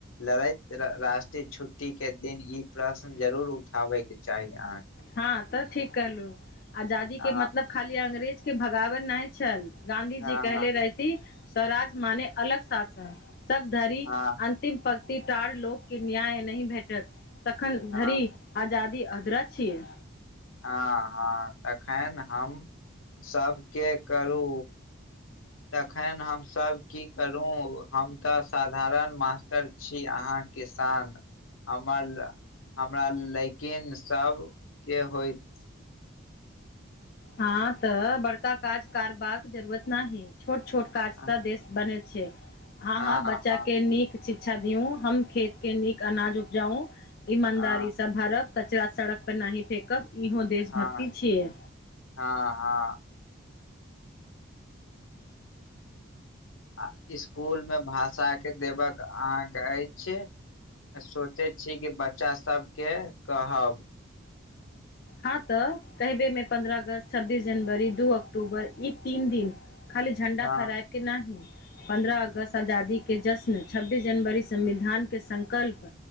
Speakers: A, on the left; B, on the left.
A: लड़ैत राष्ट्रीय छुट्टी केँ दिन ई प्रश्न जरूर उठाबैक चाही अहाँकेँ
B: हँ तऽ ठीक कहलु आजादी केँ
A: हँ
B: मतलब खाली अंग्रेज केँ भगावय नै छल गाँधी
A: हँ
B: जी कहले
A: हँ
B: रहथिन स्वराज माने अलग शासन सब धरि
A: हँ
B: अंतिम पंक्तिदार लोक कऽ न्याय नही भैटत तखन
A: हँ
B: धरि आजादी अदरा छियै
A: हँ हँ तखैन हम <inaudible> सब केँ करू तखन हमसब की करू हम तऽ साधारण मास्टर छी अहाँ किसान हमर हमरा लैेकिन सब केँ होइत
B: हँ तऽ बड़का काज कारबाक जरूरत नै ही छोट छोट काज
A: हँ
B: स देश करै छियै <inaudible> हाँ
A: हँ
B: हाँ बच्चा केँ नीक शिक्षा दियौ हम खेत केँ नीक अनाज उपजाउ ईमानदारी
A: हँ
B: से सब भारब कचड़ा सड़क पर नै फेकब इहो देशभक्ति
A: हँ
B: छियै
A: हँ हँ आ इसकूल में भाषा कऽ देबक अहाँकेँ अइछे सोचय छी कि बच्चा सब केँ कहब
B: हँ तऽ कहि देबै पन्द्रह अगस्त छब्बीस जनवरी दू अक्टूबर ई तीन दिन खाली झण्डा
A: हँ
B: फहरायब केँ ना ही पन्द्रह अगस्त आजादी केँ जश्न छब्बीस जनवरी संविधान केँ संकल्प